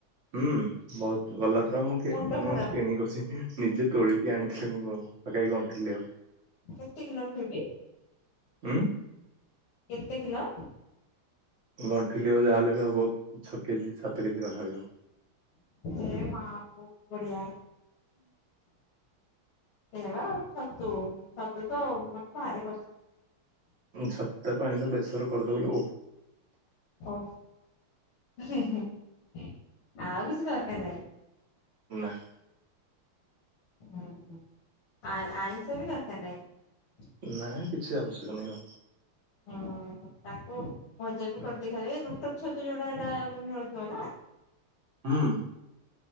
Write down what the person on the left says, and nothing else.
ମୁଣ୍ଡ
ଖରାପ
କେତେ ଦିନ ଫବି
କେତେ କିଲ
ଏ ମା ବହୁତ ବଢିଆ ହେ ବା ଛତୁ ଛତୁ ତ ମତେ ଭାରି କଷ୍ଟ
ହଉ ଆଉ କିଛି ଦରକାର ନାହିଁ।
ଆ ଆଇଁଷ ଭି ଦରକାର ନାହିଁ ।
ହଁ ତାକୁ ଭ ଜା ବି କରିଦେଇ ଖାଇ ଏ ରୁଟ <unintelligible> ଛତୁ ଯଡା ଟା ମିଳୁଥିବ ନା